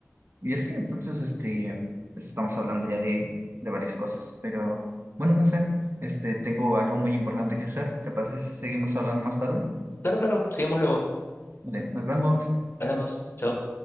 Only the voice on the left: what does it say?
claro, claro, sigamos luego.
Hablamos, chao.